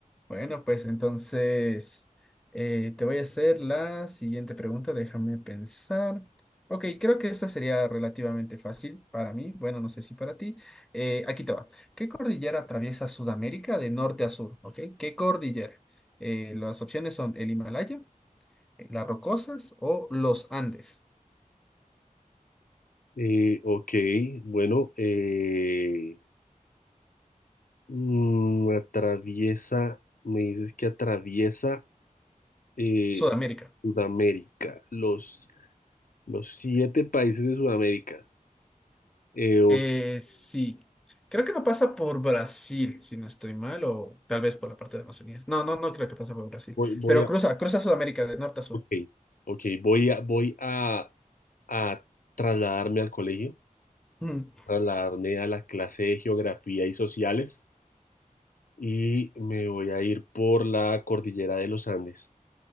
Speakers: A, in the centre; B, on the left (about 75°).
A: bueno, pues entonces eh, te voy a hacer la siguiente pregunta, déjame pensar. Ok, creo que esta sería relativamente fácil para mí, bueno, no sé si para ti. Eh, aquí te va. ¿Qué cordillera atraviesa Sudamérica de norte a sur? Ok, ¿qué cordillera? Eh, las opciones son el Himalaya, eh, las Rocosas o los Andes.
B: Eh, ok, bueno, eh, mm, atraviesa, me dices que atraviesa. eh,
A: Sudamérica.
B: Sudamérica, los, los siete países de Sudamérica. Eh, ok,
A: Eh, sí, creo que no pasa por Brasil, si no estoy mal, o tal vez por la parte de Amazonía. No, no, no creo que pasa por Brasil,
B: Voy, voy
A: pero
B: a,
A: cruza, cruza Sudamérica de norte a sur.
B: ok,
A: <laughs>
B: ok, voy a, voy a, a trasladarme al colegio,
A: Mm,
B: trasladarme a la clase de geografía y sociales y me voy a ir por la cordillera de los Andes.